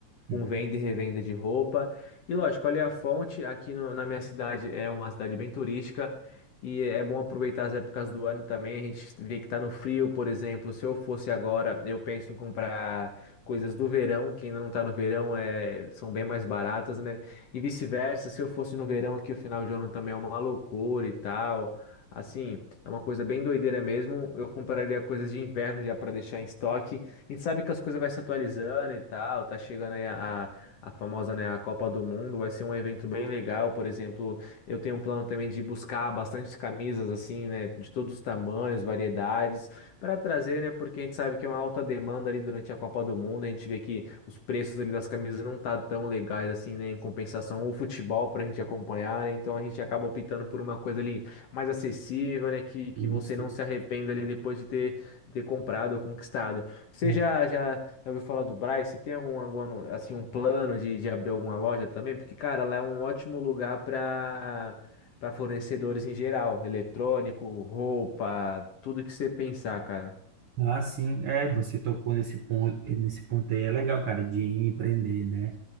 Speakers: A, on the left; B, on the right.
A: com
B: Hum.
A: venda e revenda de roupa. E lógico, olha a fonte, aqui no- na minha cidade, é uma cidade bem turística. E é bom aproveitar as épocas do ano também. A gente vê que tá no frio, por exemplo. Se eu fosse agora, eu penso em comprar coisas do verão, que ainda não tá no verão, é, são bem mais baratas, né? E vice-versa, se eu fosse no verão, que o final de ano também é uma loucura e tal. Assim, é uma coisa bem doideira mesmo. Eu compraria coisas de inverno já para deixar em estoque. A gente sabe que as coisas vai se atualizando e tal, tá chegando aí a, a, a famosa, né, a Copa do Mundo, vai ser um evento bem legal, por exemplo, eu tenho um plano também de buscar bastante camisas assim, né, de todos os tamanhos, variedades, para trazer, né, porque a gente sabe que é uma alta demanda ali durante a Copa do Mundo, a gente vê que os preços ali das camisas não tá tão legais assim, né, em compensação o futebol pra gente acompanhar, né, então a gente acaba optando por uma coisa ali mais acessível, né, que, que
B: Sim,
A: você
B: sim.
A: não se arrependa ali depois de ter, ter comprado ou conquistado. Você
B: Bom,
A: já, já, já ouviu falar do Brás? Você tem algum, alguma no- assim, um plano de, de abrir alguma loja também? Porque, cara, lá é um ótimo lugar para para fornecedores em geral, eletrônico, roupa, tudo que você pensar, cara.
B: Ah, sim, é, você tocou nesse ponto, nesse ponto aí, é legal, cara, de empreender, né?